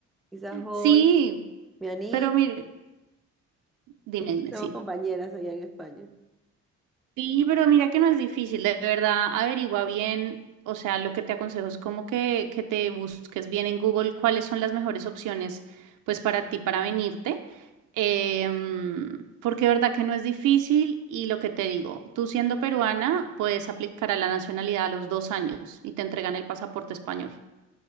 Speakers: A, in the centre; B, on the right.
A: Quizás hoy
B: Sí,
A: me animo
B: pero mire. Dime,
A: y nos
B: dime,
A: hacemos
B: sí.
A: compañeras allá en España.
B: Sí, pero mira que no es difícil, de verdad, averigua bien, o sea, lo que te aconsejo es como que, que te busques bien en Google cuáles son las mejores opciones, pues para ti, para venirte, em, porque de verdad que no es difícil y lo que te digo, tú siendo peruana puedes aplicar a la nacionalidad a los dos años y te entregan el pasaporte español.